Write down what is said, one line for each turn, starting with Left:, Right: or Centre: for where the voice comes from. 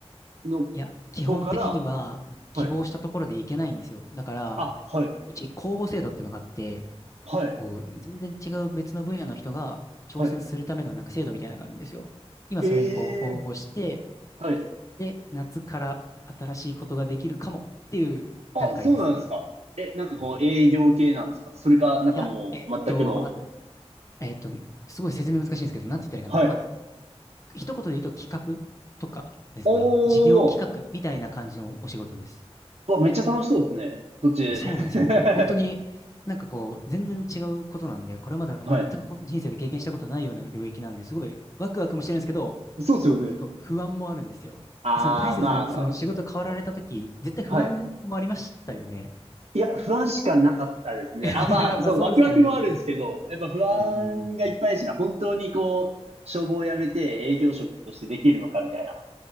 Right: の
Left: いや、基本的には、
Right: 方から。はい。
Left: 希望したところでいけないんですよ。だから、
Right: あ、はい。
Left: うち公募制度っていうのがあって、
Right: はい。
Left: こう、全然違う別の分野の人が挑戦するためのなんか制度みたいなのがあるんですよ。
Right: はい。
Left: 今それにこう応募して、
Right: ええーはい。
Left: で、夏から新しいことができるかもっていう段階ですね。
Right: あ、そうなんですか。え、なんかこう営業系なんですかそれか、
Left: はい。い
Right: なんかもう全くの。
Left: や、えっと、まあ、えっと、すごい説明難しいんですけど、なんて言ったらいいかな。
Right: はい。
Left: まあ、一言で言うと企画とかですね、
Right: お
Left: 事業企画みたいな感じのお仕事です。
Right: ー、うわ、めっちゃ楽しそうですね。そっち。
Left: えそうなんですよ。
Right: <laughs>
Left: もう本当になんかこう、全然違うことなんで、これまで全くこの人生で経験したことないような領域なんで、
Right: はい。
Left: すごいワクワクもしてるんですけど、
Right: <laughs> そうですよね。
Left: 僕結構不安もあるんですよ。
Right: あー、
Left: えその大切な、
Right: まあ、まあ、
Left: その仕事変わられたとき、絶対不安もありましたよね。
Right: はい。いや、不安しかなかったですね。
Left: <laughs>
Right: あ、まあ、
Left: やっぱそうですよね。
Right: そう、ワクワクもあるんですけど、やっぱ不安がいっぱいでした。
Left: うんうんうん。
Right: 本当にこう、消防を辞めて営業職としてできるのかみたいな